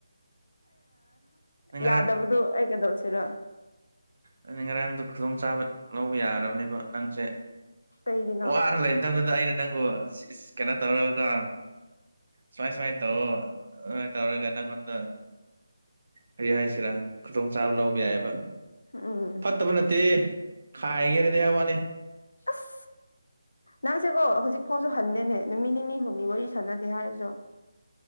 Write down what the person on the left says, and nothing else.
ꯌꯥꯗꯕꯗꯣ ꯑꯩ ꯀꯩꯗꯧꯁꯤꯔ꯫
ꯀꯩꯒꯤꯅꯣ
ꯎꯝ꯫
ꯑꯁ ꯅꯪꯁꯦꯀꯣ ꯍꯧꯖꯤꯛꯐꯥꯎꯁꯨ ꯍꯟꯗꯦꯅꯦ ꯅꯨꯃꯤꯠ ꯅꯤꯅꯤ ꯍꯨꯝꯅꯤ ꯋꯥꯔꯤ ꯁꯥꯟꯅꯗꯦ ꯍꯥꯏꯔꯁꯨ꯫